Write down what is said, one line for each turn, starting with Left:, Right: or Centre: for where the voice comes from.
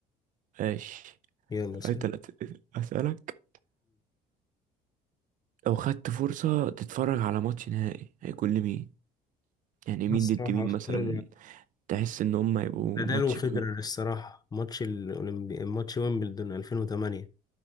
Right: ماشي
Left: يلا سبعة
Right: أنت لا ت- أسألك لو خدت فرصة تتفرج على ماتش نهائي هيكون لمين يعني
Left: بس
Right: مين ضد
Left: راح
Right: مين
Left: أختار
Right: مثلا تحس إن هم هيبقوا
Left: نادال
Right: ماتش
Left: وفيدرر
Right: جامد
Left: الصراحة ماتش الأولمبي ماتش ويمبلدون 2008